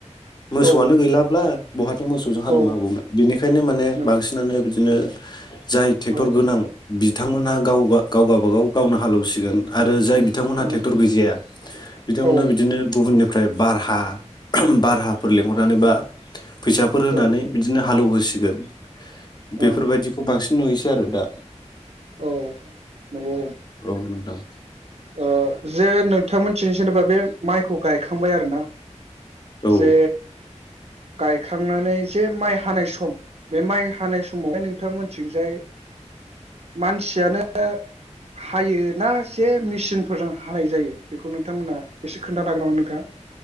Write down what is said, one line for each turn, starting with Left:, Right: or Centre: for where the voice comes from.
Left: मोसौआनो
Right: औ
Left: गैलाब्ला बहाथो मोसौजों हालेवनो
Right: औ
Left: हाबावनो बिनिखायनो माने
Right: नों
Left: बांसिनानो बि बिदिनो जाय ट्रेक्टर
Right: औ
Left: गोनां बि बिथांमोनहा गाव गाव गावाबागाव गावनो हालौसिगोन आरो। आरो जाय बिथांमोनहा
Right: ओं
Left: ट्रेक्टर गैजाया बिथांमोनहा
Right: औ
Left: बिदिनो गुबुननि ओमफ्राय भारहा भारहा फोर लिंहरनानै बा फैसाफोर होनानै
Right: औ
Left: बिदिनो हालौव हो होसिगोन। बेफोरबायदिखौ
Right: ओं
Left: बांसिन नुयोसै आरो दा
Right: औ नंगौ।
Left: औ नोंथां
Right: ओ जे नों थांमोनथिं जेनेबा बे माइखौ गायखांबाय आरोना?
Left: औ
Right: जे गायखांनानै जे माइ हानाय सम बे माइ हानाय समावहाय नोंथां मोनथिंजाय मानसियानो हायोना जे मे सिनफोरजों हानाय जायो बेखौ नोंथांमोना एसे खोन्थानो हागोन नामा नोंथां?